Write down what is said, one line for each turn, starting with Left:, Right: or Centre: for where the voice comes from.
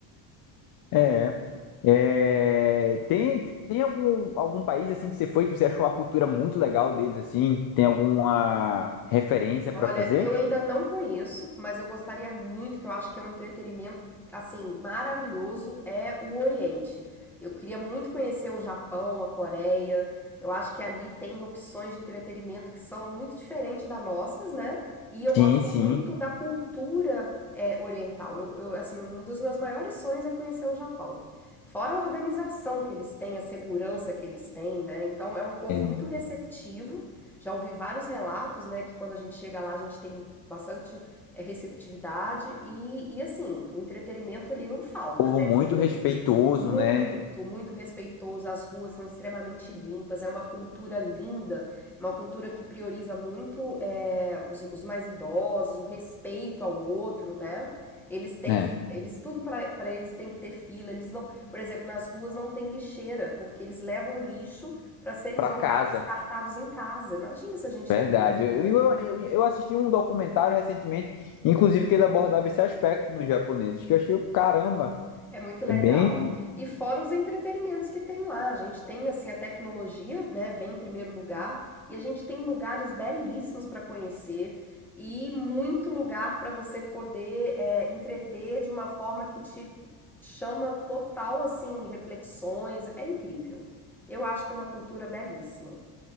Left: É. É, tem tem algum, algum país assim que você foi que você achou a cultura muito legal deles assim? Tem alguma referência pra
Centre: Olha,
Left: fazer?
Centre: eu ainda não conheço, mas eu gostaria muito, que eu acho que é um entretenimento assim maravilhoso, é o Oriente. Eu queria muito conhecer o Japão, a Coreia. Eu acho que ali tem opções de entretenimento que são muito diferentes das nossas, né? E eu
Left: Sim,
Centre: gosto
Left: sim.
Centre: muito da cultura é, oriental. Eu, eu, assim, um dos meus maiores sonhos é conhecer o Japão. Fora a organização que eles têm, a segurança que eles têm, né? Então é um povo
Left: É um
Centre: muito receptivo já ouvi vários relatos, né, que quando a gente chega lá a gente tem bastante é, receptividade e, e assim, o entretenimento ali não falta,
Left: povo
Centre: tecnologia
Left: muito respeitoso,
Centre: muito,
Left: né?
Centre: muito respeitoso. As ruas são extremamente limpas. É uma cultura linda, uma cultura que prioriza muito eh, os, os mais idosos, o respeito ao outro, né? Eles têm,
Left: É.
Centre: eles tudo para para eles tem que ter fila. Eles não, por exemplo, nas ruas não tem lixeira porque eles levam lixo para serem
Left: Pra
Centre: jogados,
Left: casa.
Centre: descartados em casa. Imagina se a gente
Left: Verdade.
Centre: tem isso,
Left: Eu,
Centre: né?
Left: eu, eu assisti um documentário recentemente, inclusive que ele abordava esse aspecto dos japoneses, que eu achei, caramba,
Centre: É muito legal.
Left: é bem
Centre: E fora os entretenimentos que tem lá, a gente tem assim a tecnologia, né, vem em primeiro lugar, e a gente tem lugares belíssimos para conhecer e muito lugar para você poder é, entreter de uma forma que te chama total assim reflexões. É incrível. Eu acho que é uma cultura belíssima.